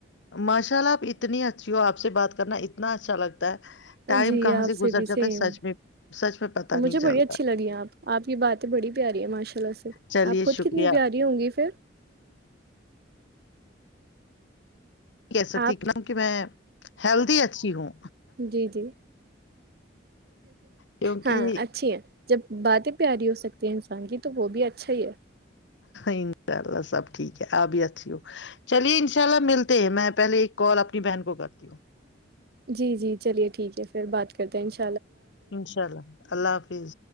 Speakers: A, on the left; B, on the right.
A: ماشاء اللہ آپ اتنی اچھی ہو آپ سے بات کرنا اتنا اچھا لگتا ہے ٹائم
B: جی
A: کہاں
B: آپ سے
A: گزر
B: بھی
A: جاتا
B: سیم
A: ہے سچ میں سچ میں پتا نہیں
B: مجھے
A: چلتا
B: بڑی اچھی لگی آپ آپ کی باتیں بڑی پیاری ہیں ماشاء اللہ سے
A: چلیے
B: آپ خود
A: شکریہ
B: ک کتنی پیاری ہوں گی پھر
A: نہیں کہہ سکتی
B: آپ
A: نک میں ہیلدی اچھی ہوں
B: جی جی
A: کیونکہ
B: ہاں اچھی ہے جب باتیں پیاری ہو سکتی ہے انسان کی تو وہ بھی اچھا ہی ہے
A: انشاء اللہ سب ٹھیک ہے آپ ہی اچھی ہو چلیے انشاء اللہ ملتے ہیں میں پہلے ایک کال اپنی بہن کو کرتی ہوں
B: جی جی چلیے ٹھیک ہے پھر بات کرتے ہیں انء
A: انشاء اللہ اللہ حافظ